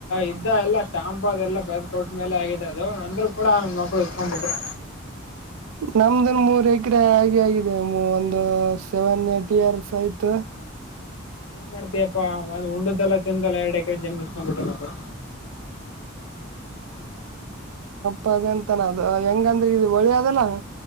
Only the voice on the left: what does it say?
ಇದ್ದ ಎಲ್ಲಾ ಸ್ಟಾಂಪ್ ಅದೆಲ್ಲಾ ಬರೆದ್ ಕೊಟ್ಟ್ಮೇಲೆ ಆಗಿದೆ ಅದು ಅಂದ್ರು ಕೂಡ ನನ್ ಮಕ್ಳು ಇಸ್ಕೊಂಡ್ಬಿಟ್ರು
ಏನ್ ಮಾಡ್ತಯಪ್ಪಾ ಒಂದ್ ಉಂಡ್ದುೆಲ್ಲ ತಿಿಂದಲ್ಲ ಎರಡು ಎಕರೆ ಜಮನಿಸ್ ಮಾಡ್ಬಿಟ್ಟೆ ಮಳು